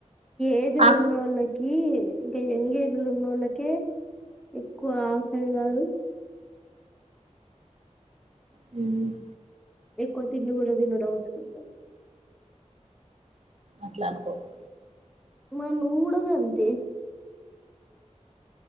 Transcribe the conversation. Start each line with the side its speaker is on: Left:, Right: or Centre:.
Centre: ఏజ్లు
Right: ఆ
Centre: ఉన్నోళ్ళకి ఈ ఇంకా యంగ్ ఏజ్ లున్నోళ్ళకే ఎక్కువ ఆకలి కాదు
Right: మ్
Centre: ఎక్కువ తిండి కూడా తినుడవసరం లేదు
Right: అట్లా అనుకోకు
Centre: మ నువ్ గూడా గంతే